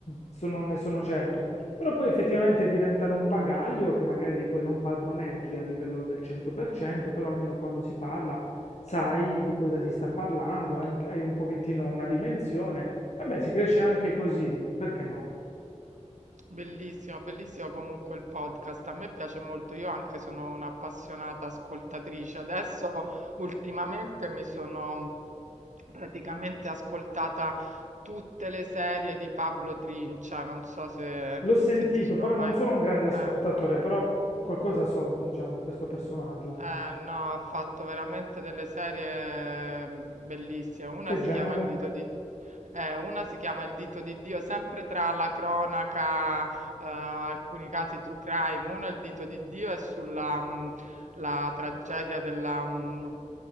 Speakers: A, on the left; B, on the right.
A: sono- ne sono certo. Però poi effettivamente diventano un bagaglio che magari poi non padroneggi a livello del 100%, però almeno quando si parla sai di cosa si sta parlando, anche- hai un pochettino una dimensione. Vabbè, si cresce anche così, perché no?
B: Bellissimo, bellissimo comunque il podcast. A me piace molto, io anche sono un'appassionata ascoltatrice. Adesso ultimamente mi sono Praticamente ascoltata tutte le serie di Pablo Trincia, non so se,
A: L'ho sentito,
B: se ti sono
A: però
B: mai...
A: non sono un grande ascoltatore,
B: Eh,
A: però qualcosa so, diciamo, di questo personaggio.
B: eh, no, ha fatto veramente delle serie mm, bellissime. Una
A: Che
B: si
A: genere?
B: chiama Il dito di... eh, una si chiama Il dito di Dio, sempre tra la cronaca, eh, alcuni casi true crime. Una, Il dito di Dio, è sulla mm, la tragedia della... mm,